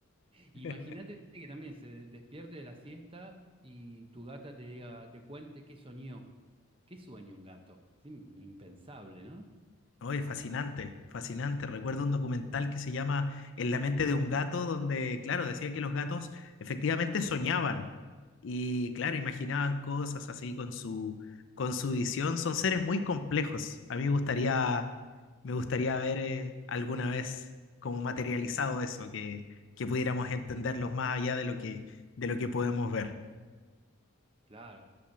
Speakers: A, on the right; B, on the left.
A: Imagínate
B: <laughs>
A: que también se despierte de la siesta y tu gata te diga, te cuente qué soñó. ¿Qué sueña un gato? Es im- impensable, ¿no?
B: Oye, fascinante, fascinante. Recuerdo un documental que se llama En la mente de un gato, donde, claro, decía que los gatos efectivamente soñaban y, claro, imaginaban cosas así con su, con su visión. Son seres muy complejos. A mí me gustaría, me gustaría ver eh, alguna vez como materializado eso, que, que pudiéramos entenderlos más allá de lo que, de lo que podemos ver.
A: Claro.